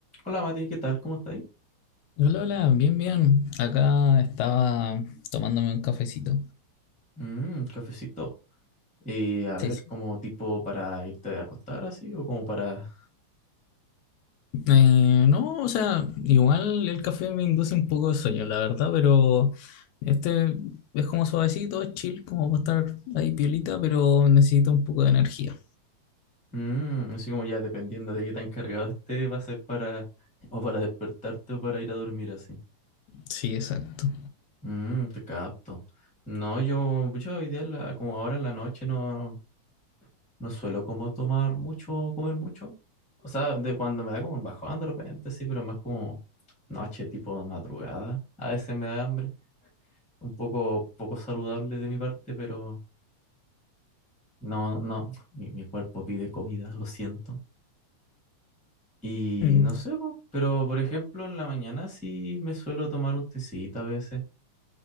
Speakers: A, in the centre; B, on the left.
A: Hola Mati, ¿qué tal? ¿Cómo estáis?
B: Hola, hola, bien, bien. Acá estaba tomándome un cafecito.
A: Mmm, cafecito. Eh, a
B: Sí,
A: ver,
B: sí.
A: como tipo para irte a acostar así o como para...
B: Eh, no, o sea, igual el café me induce un poco de sueño, la verdad, pero este es como suavecito, es chill, como para estar ahí piolita, pero necesito un poco de energía.
A: Mmm, así como ya dependiendo de qué tan cargado esté, va a ser para... <laughs> o para despertarte o para ir a dormir así.
B: Sí, exacto.
A: Mmm, te capto. No, yo, yo hoy día, en la- como ahora en la noche, no, no suelo como tomar mucho, o comer mucho. O sea, de cuando me da como un bajón de repente, sí, pero más como noche, tipo madrugada. A veces me da hambre. un poco, poco saludable de mi parte, pero no, no, mi, mi cuerpo pide comida, lo siento. Y
B: Mm,
A: no sé, po, pero por ejemplo en la mañana sí me suelo tomar un tecito a veces